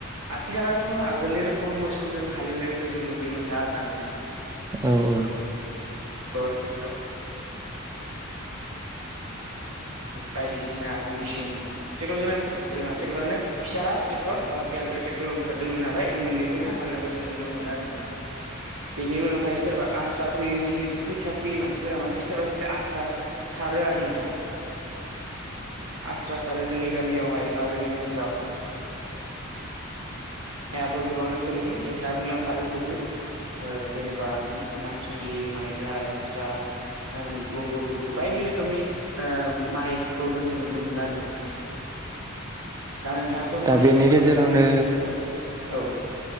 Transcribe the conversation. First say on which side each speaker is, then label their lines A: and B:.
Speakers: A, on the right; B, on the right.
A: आथिखालावथ' आगोलनि रोखम मोसौजों हाल एवनायखौ जों नुनो मोनला आरोना नोंथां
B: औ औ
A: <unintelligible> बायदिसिना मेचिं ट्रेक्टर्रेटर <unintelligible> ट्रेक्टरानो फिसा ट्रेक्टर बा <unintelligible> ट्रेक्टर ओंखारदों नालाय बे मोननैजोंनो हाल एवनायखौ जों जों नुनो मोन आरो नोंथां बेनि उनावहाय सोरबा आसा फैयो जिहेथु खै खैथया फैयो मानसिफोरा माने सोरबा सोरबा आस्रा सारो आरो नोंथां आस्रा सारो जोंनि गामियावहाय बा जोंनि ओनसोलाव आइयाबो गोबां रोखोमथिै नोंथाङा बुंलांखादों जिहेथु जेनेबा मासुरि माइब्रा जोसा बंग' बन्दु बायदि रोखोमनि माइखौ जों नुनो मोनो आरो ना नोंथां दा नोंथाङाथ' माइ
B: बेनि
A: गायनायनि
B: गेजेरावनो
A: बागै फोरमायलांबाय औ